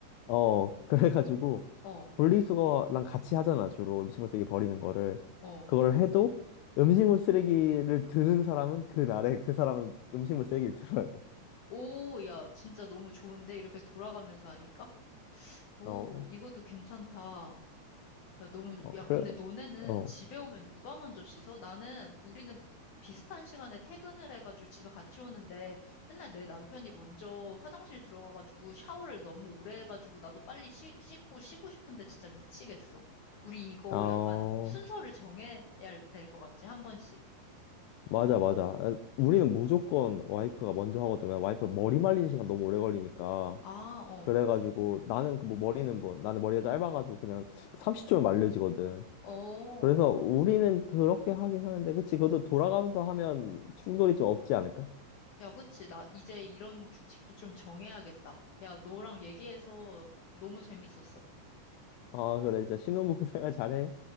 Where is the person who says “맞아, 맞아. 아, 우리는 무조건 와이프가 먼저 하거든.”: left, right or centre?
Left